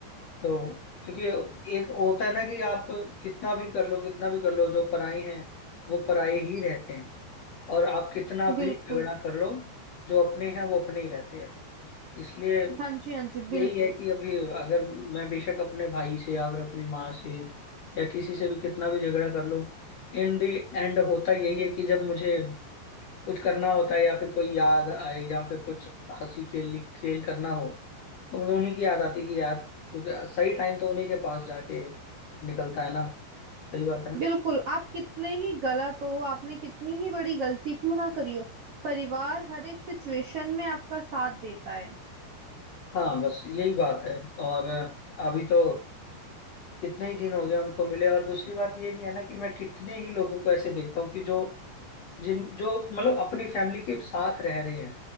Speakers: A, on the left; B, on the right.
A: तो क्योंकि एक होता है ना कि आप कितना भी कर लो कितना भी कर लो जो पराई हैं वो पराई ही रहते हैं और आप कितना भी
B: बिल्कुल
A: झगड़ा कर लो जो अपने हैं वो अपने ही रहते हैं इसलिए
B: हाँ जी हाँ जी
A: यही
B: बिल्कुल
A: है कि अभी अगर मैं बेशक अपने भाई से या फिर अपनी माँ से या किसी से भी कितना भी झगड़ा कर लूं इन दी एंड होता यही है कि जब मुझे कुछ करना होता है या फिर कोई याद आए या फिर कुछ हंसी खेल खेल करना हो तो मुझे उन्हीं की याद आती कि यार कुछ सही टाइम तो उन्हीं के पास जाके निकलता है ना सही बात है ना
B: बिल्कुल आप कितने ही गलत हो आपने कितनी ही बड़ी गलती क्यों ना करी हो परिवार हर एक सिचुएशन में आपका साथ देता है
A: हाँ बस यही बात है और अभी तो कितने ही दिन हो गए उनको मिले और दूसरी बात ये भी है ना कि मैं कितने ही लोगों को ऐसे देखता हूँ कि जो जिन जो मतलब अपनी फैमिली के साथ रह रहे हैं